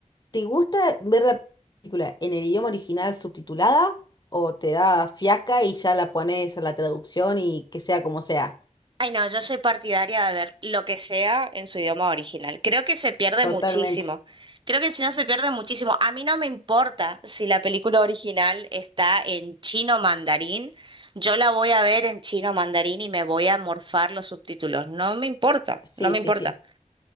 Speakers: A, on the left; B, on the right.
A: ¿Te gusta ver la película en el idioma original subtitulada o te da fiaca y ya la pones en la traducción y que sea como sea?
B: Ay, no, yo soy partidaria de ver lo que sea en su idioma original. Creo que se pierde
A: Totalmente.
B: muchísimo. Creo que si no se pierde muchísimo. A mí no me importa si la película original está en chino mandarín. Yo la voy a ver en chino mandarín y me voy a morfar los subtítulos. No me importa,
A: Sí,
B: no me
A: sí,
B: importa.
A: sí.